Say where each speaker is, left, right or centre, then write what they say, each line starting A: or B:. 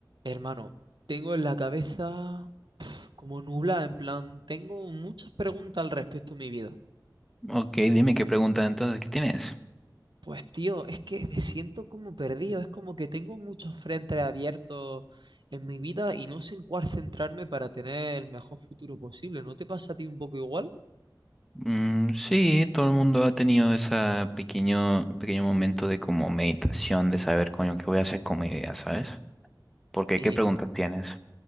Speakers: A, on the right (about 75°); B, in the centre.
A: Hermano, tengo en la cabeza pf, como nublada, en plan, tengo muchas preguntas al respecto de mi vida.
B: Ok, dime qué pregunta entonces que tienes.
A: Pues tío, es que me siento como perdido, es como que tengo muchos frentes abiertos en mi vida y no sé en cuál centrarme para tener el mejor futuro posible. ¿No te pasa a ti un poco igual?
B: Mm, sí, todo el mundo ha tenido ese pequeño, pequeño momento de como meditación, de saber, coño, qué voy a hacer con mi vida, ¿sabes? Porque,
A: Y
B: ¿qué preguntas tienes?